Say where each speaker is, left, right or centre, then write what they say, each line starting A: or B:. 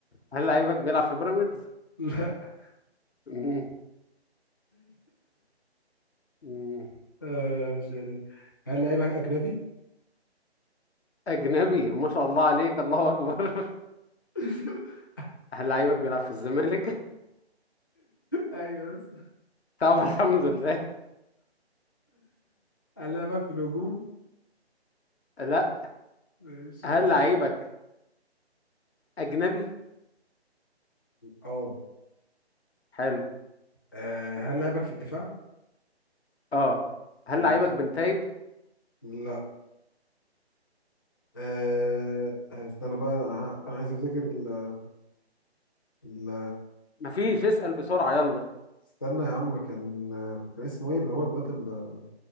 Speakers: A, on the left; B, on the left.
A: هل لعيبك بيلعب في بيراميدز
B: <laughs> لا <laughs>
A: مم. مم.
B: آه مش قادر. هل لعيبك اجنبي؟
A: أجنبي ما شاء الله عليك الله أكبر
B: <laughs>
A: <laughs> هل لعيبك بيلعب في الزمالك؟ <laughs>
B: ايوه بس
A: طب الحمد لله
B: هلاعبك في الهجوم
A: لا
B: ماشي
A: هل لعيبك أجنبي؟
B: اه
A: حلو
B: آه، هل لعبك في الدفاع؟
A: أه هل
B: ماشي
A: لعيبك بنتايج؟
B: لا أه استنى بقى انا أنا عايز افتكر ال ال
A: مفيش اسأل بسرعة يلا
B: استنى يا عم كان كان اسمه ايه اللي هو الواد ال-